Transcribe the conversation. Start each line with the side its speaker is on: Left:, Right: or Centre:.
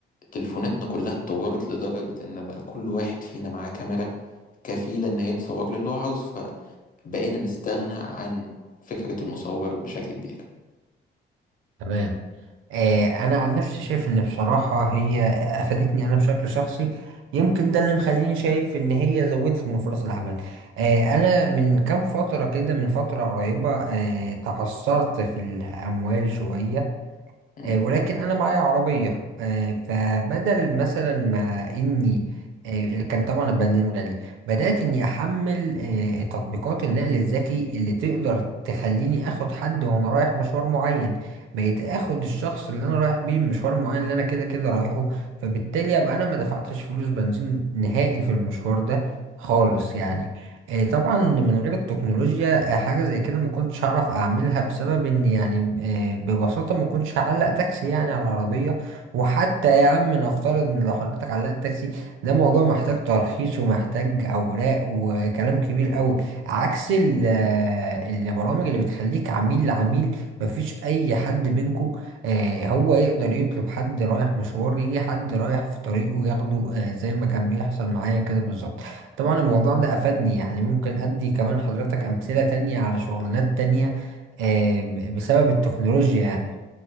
Left: تليفوناتنا كلها اتطورت لدرجة ان بقى كل واحد فينا معاه كاميرا كفيلة ان هي تصور له اللي هو عاوزه فبقينا نستغنى عن فكرة المصور بشكل كبير
Right: تمام آه انا عن نفسي شايف ان بصراحة هي افادتني انا بشكل شخصي يمكن ده اللي مخليني شايف ان هي زودت من فرص العمل آه انا من كام فترة كده من فترة قريبة آه تعثرت في الاموال شوية
Left: مم.
Right: آه، ولكن انا معايا عربيه آه، فبدل مثلا ما اني آه، اللي كان طبعا البنزين غالي بدات اني احمل آه، تطبيقات النقل الذكي اللي تقدر تخليني اخد حد وانا رايح مشوار معين بقيت اخد الشخص اللي انا رايح بيه مشوار معين اللي انا كده كده رايحه فبالتالي ابقى انا ما دفعتش فلوس بنزين نهائي في المشوار ده خالص يعني إيه طبعا من غير التكنولوجيا آه، حاجة زي كده ما كنتش هعرف اعملها بسبب ان يعني آه، ببساطة ما كنتش هعلق تاكسي يعني على العربية وحتى يا عم نفترض ان لو حضرتك علقت تاكسي ده موضوع محتاج ترخيص ومحتاج اوراق وكلام كبير قوي عكس ال- آه، البرامج اللي بتخليك عميل لعميل مفيش اي حد بينكو آه، هو يقدر يطلب حد رايح مشوار يجي حد رايح في طريقه ياخده آه، زي ما كان بيحصل معايا كده بالظبط طبعا الموضوع ده أفادني يعني ممكن أدي كمان حضرتك أمثلة تانية على شغلانات تانية آه، ب- بسبب التكنولوجيا يعني